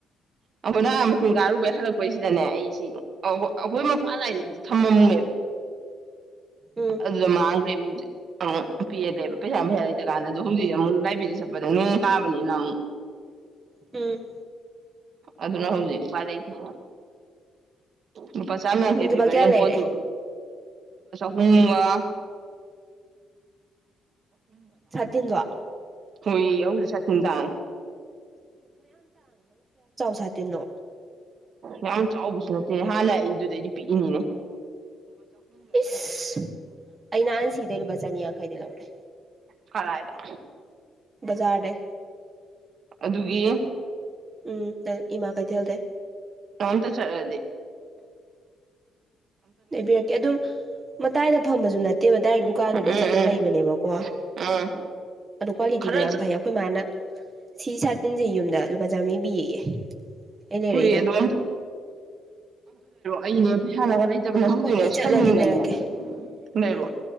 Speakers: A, on the right; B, on the right.
A: ꯑꯩꯈꯣꯏ ꯅꯍꯥꯟ ꯃꯁꯤꯡꯊ ꯀꯥꯔꯨꯕꯩ ꯍꯜꯂꯛꯄꯩꯁꯤꯗꯅꯦ ꯑꯩꯁꯤ ꯑꯩꯈꯣꯏ ꯃꯄ ꯂꯥꯏꯁꯤꯗꯗꯤ ꯊꯝꯃꯝꯅꯦꯦꯕ
B: ꯎꯝ
A: ꯑꯗꯨ ꯃꯥꯥꯡꯒꯦꯕꯥꯎꯖꯤ ꯑ ꯄꯤꯗꯦꯕ ꯄꯩꯁꯥ ꯄꯩꯁꯥ ꯂꯩꯇ ꯀꯥꯟꯗ ꯑꯗꯣ ꯍꯧꯖꯤꯛꯁꯦ ꯑꯃꯨꯛ ꯂꯥꯏꯕ꯭ꯔꯦꯔꯤ ꯆꯠꯄꯗ ꯅ ꯇꯥꯕꯅꯤꯅ ꯑꯃꯨꯛ
B: ꯎꯝ
A: ꯑꯗꯨꯅ ꯍꯧꯖꯤꯛ ꯎꯄꯥꯏ ꯂꯩꯇꯦ ꯅꯨꯄꯥ ꯆꯥ ꯃ ꯀꯩ
B: ꯂꯨꯄꯥ
A: ꯐꯤꯕꯔ
B: ꯀꯌꯥ ꯂꯩꯔꯦ
A: ꯀꯣꯠꯇꯨ ꯍꯨꯒ
B: ꯆꯇꯤꯟꯖꯣ
A: ꯍꯣꯏꯣꯏ ꯍ ꯆ ꯇꯤꯟ ꯇ
B: ꯊ ꯇꯅꯣ
A: ꯌꯥꯝ ꯆꯥꯎꯕꯁꯨ ꯅꯠꯇꯦꯅꯦ ꯍꯥꯟꯅ ꯑꯩꯗꯨꯗꯩꯗꯤ ꯄꯤꯛꯏꯉꯤꯅꯦ
B: ꯏꯁ ꯑꯩ ꯅꯍꯥꯟ ꯁꯤꯗꯩ ꯂꯨꯄꯥ ꯆꯅꯤ ꯌꯥꯡꯈꯩꯗ ꯂꯧꯔꯦ
A: ꯈꯔ ꯍꯥꯏꯗ
B: ꯖꯔꯦ
A: ꯑꯗꯨꯒꯤ
B: ꯎꯝ ꯏꯃꯥ ꯀꯩꯊꯦꯜꯗ
A: ꯑꯝ ꯇ ꯆꯂꯗꯤ
B: ꯂꯩꯕꯤꯔꯛꯀꯦ ꯑꯗꯨꯝ ꯃꯇꯥꯏꯗ ꯐꯝꯕꯁꯨ ꯅꯠꯇꯦꯕ ꯗꯥꯏꯔꯦꯛ ꯗꯨꯀꯥꯟꯗꯨꯗꯩ
A: ꯍꯥꯏꯔꯛꯑꯣ
B: ꯆꯠꯂ
A: ꯎꯝ
B: ꯂꯩꯕꯅꯦꯕꯀꯣ
A: ꯎꯝ ꯎꯝ
B: ꯑꯗꯣ ꯀ꯭ꯋꯥꯂꯤꯇꯤꯗꯣ
A: ꯈꯔ
B: ꯌꯥꯝ ꯐꯩ ꯑꯩꯈꯣꯏ ꯃꯥꯅ ꯁꯤ ꯁꯥꯇꯤꯟꯁꯦ ꯌꯨꯝꯗ ꯂꯨꯄꯥ ꯆꯥꯝꯃꯔꯤ ꯄꯤ ꯌꯦꯛꯑꯦ ꯑꯩ ꯂꯩꯔꯛꯏꯗꯣ
A: ꯍꯣꯏ ꯑꯗꯣ ꯑꯅꯦ ꯄꯩꯁꯥꯟꯅꯕ ꯂꯩꯇꯕꯅꯦ ꯍꯧꯖꯤꯛꯅꯦ
B: ꯍꯣꯏ ꯑꯩ ꯆꯠꯂꯗꯤ
A: ꯁꯥꯎꯅꯤꯡꯗꯅꯦ
B: ꯂꯩꯔꯛꯀꯦ
A: ꯂꯩꯔꯣ
B: ꯎꯝ